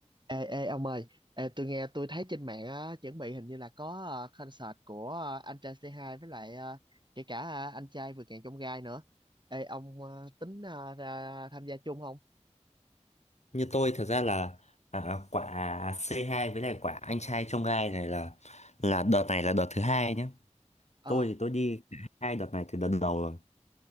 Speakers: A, on the right; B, on the left.
A: Ê, ê ông ơi, ê, tôi nghe tôi thấy trên mạng á, chuẩn bị hình như là có ờ, concert của ờ, anh trai C2 với lại ờ, kể cả ờ, anh trai vượt ngàn chông gai nữa. Ê ông ờ, tính ờ, ra tham gia chung không?
B: như tôi thật ra là à, quả C2 với lại quả anh trai trong gai này là là đợt này là đợt thứ hai nhé
A: Ờ,
B: tôi thì tôi đi cả hai đợt này từ đợt đầu rồi